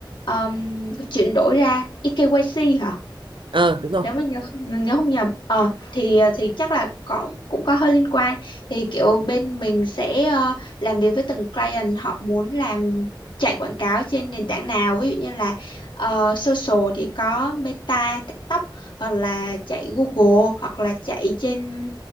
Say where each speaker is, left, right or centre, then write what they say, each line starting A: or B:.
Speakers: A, on the left; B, on the right.
A: um, chuyển đổi ra eKYC hả
B: ờ đúng rồi
A: nếu mà nhớ mình nhớ không nhầm ờ thì thì chắc là có cũng có hơi liên quan thì kiểu bên mình sẽ ờ, làm việc với từng client họ muốn làm chạy quảng cáo trên nền tảng nào ví dụ như là ờ, social thì có Meta, TikTok hoặc là chạy Google hoặc là chạy trên